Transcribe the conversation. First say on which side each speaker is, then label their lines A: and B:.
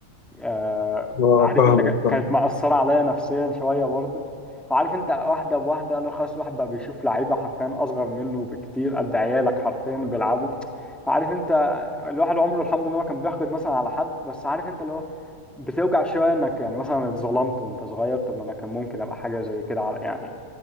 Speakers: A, in the centre; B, on the left.
A: آه...
B: آه،
A: عارف
B: فاهمك
A: أنت ك...
B: فاهم
A: كانت مأثرة عليا نفسيا شوية برضه وعارف أنت واحدة بواحدة لو خلاص الواحد بقى بيشوف لعيبة حرفيا أصغر منه بكتير قد عيالك حرفيا بيلعبوا فعارف أنت الواحد عمره الحمد لله ما كان بيحقد مثلا على حد بس عارف أنت اللي هو بتوجع شويه انك يعني مثلا اتظلمت وانت صغير طب ما انا كان ممكن ابقى حاجه زي كده على يعني